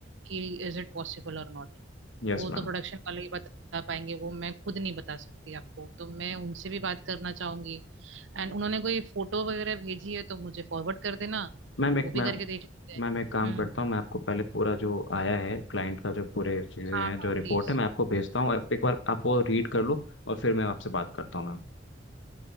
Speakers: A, on the right; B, on the left.
A: कि इज इट पॉसिबल और नॉट
B: Yes
A: वो
B: ma'am
A: तो प्रोडक्शन वाले ही बता पाएंगे वो मैं खुद नहीं बता सकती आपको तो मैं उनसे भी बात करना चाहूंगी एंड उन्होंने कोई फोटो वगैरह भेजी है तो मुझे फॉरवर्ड कर देना
B: मैम एक
A: वो भी
B: मैम
A: करके देख लेते हैं
B: मैम एक काम
A: हम्म
B: करता हूँ मैं आपको पहले पूरा जो आया है क्लाइंट का जो पूरे चीज़ें
A: हाँ
B: हैं जो
A: हाँ
B: रिपोर्ट
A: प्लीज
B: है मैं आपको भेजता हूँ आप एक बार आप वो रीड कर लो और फिर मैं आपसे बात करता हूँ ma'am